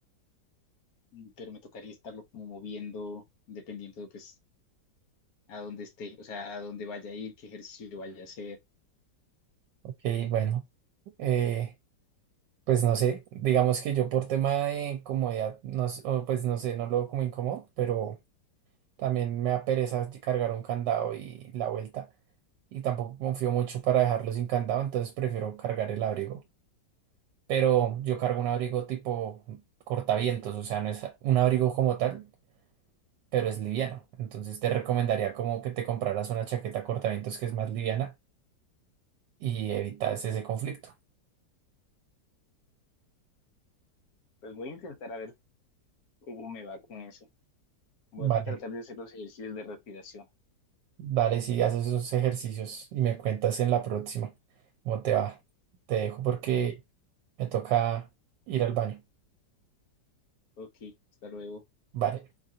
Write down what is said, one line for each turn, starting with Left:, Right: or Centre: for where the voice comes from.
Left: Mm, pero me tocaría estarlo como moviendo, dependiendo, pues, a dónde esté, o sea, a dónde vaya a ir, qué ejercicio vaya a hacer.
Right: Ok, bueno. eh, Pues no sé, digamos que yo por tema de comodidad, no, s- o pues no sé, no lo veo como incómodo, pero también me da pereza ll- cargar un candado y la vuelta. Y tampoco confío mucho para dejarlo sin candado, entonces prefiero cargar el abrigo. Pero yo cargo un abrigo tipo cortavientos, o sea, no es un abrigo como tal, pero es liviano. Entonces te recomendaría como que te compraras una chaqueta cortavientos que es más liviana y evitas ese conflicto.
Left: Pues voy a intentar a ver cómo me va con eso. Voy
Right: Vale.
Left: a tratar de hacer los ejercicios de respiración.
Right: Vale, sí, haces esos ejercicios y me cuentas en la próxima cómo te va. Te dejo Vale. porque me toca ir al baño.
Left: Ok, hasta luego.
Right: Vale.